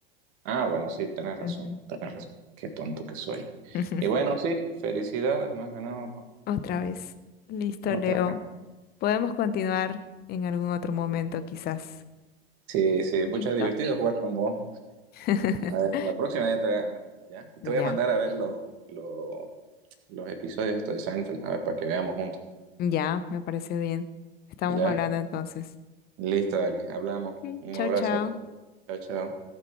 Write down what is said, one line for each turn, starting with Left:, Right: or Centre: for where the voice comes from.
Right: Ah, bueno, sí, tenés
Left: Ujú.
Right: razón. Tenés razón. Qué tonto que soy.
Left: <laughs>
Right: Y bueno, sí, felicidades, más ganado. po.
Left: Otra vez. Listo,
Right: Otra.
Left: Leo. Podemos continuar en algún otro momento, quizás.
Right: Sí, sí,
Left: ¿Listo?
Right: pucha, divertido jugar con vos.
Left: <laughs>
Right: A ver, la próxima ya te voy a ganar, ¿ya? Y te
Left: Ya,
Right: voy a mandar a ver los, los, los episodios estos de Seinfeld, a ver, para que veamos juntos,
Left: ya, me parece bien. Estamos
Right: ¿ya?
Left: hablando entonces.
Right: Listo, Ali, hablamos.
Left: Ok.
Right: Un
Left: Chao,
Right: abrazo.
Left: chao.
Right: Chao, chao.